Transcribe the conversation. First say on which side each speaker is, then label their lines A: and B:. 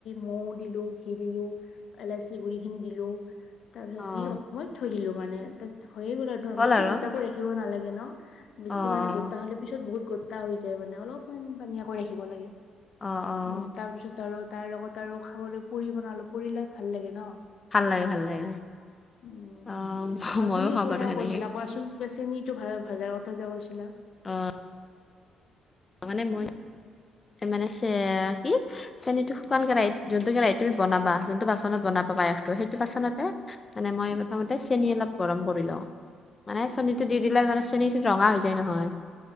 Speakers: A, on the left (about 65°); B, on the left (about 30°).
A: মৌ দিলো ঘি দিলো। এলাইচি গুৰি খিনি দিলো তাৰ পিছত
B: অ',
A: দি অকমান থৈ দিলো মানে ত থৈয়ে গল
B: হ'ল
A: বেছি
B: আৰু
A: গোটা কৰি ৰাখিব নালাগে ন। বেছি
B: অ', অ',
A: মানে গোটা হলে পিছত বহুত গোটা হৈ যায় মানে অলপমান পানিয়াকৈ ৰাখিব লাগে।
B: অ', অ',
A: উম তাৰ পিছত আৰু তাৰ লগত আৰু খাবলৈ পুৰি বনালো পুৰি লগত ভাল লাগে ন।
B: ভাল লাগে,
A: <unintelligible>
B: ভাল লাগে
A: উম
B: অ',
A: আৰু
B: ময়ো
A: তুমি
B: খাওঁ
A: কেনে
B: বাৰু সেনেকে
A: কৈছিলা কোৱা চোন। বা চেনীটো ভাল ভজাৰ কথা যে কৈছিলা।
B: অ'। মানে মই মানে চে কি? চেনি টো শুকান কেৰাহীত, যোনটো কেৰাহীত তুমি বনাবা যোনটো বাচনত বনাবা <unintelligible> ত' সেইটো
A: উম
B: বাচনতে
A: উম
B: মানে
A: উম
B: মই
A: উম
B: প্ৰথমত তে চেনি অলপ গৰম কৰি লওঁ মানে চেনীটো দি দিলে
A: অ',
B: মানে চেনি ৰঙা হৈ যায় নহয়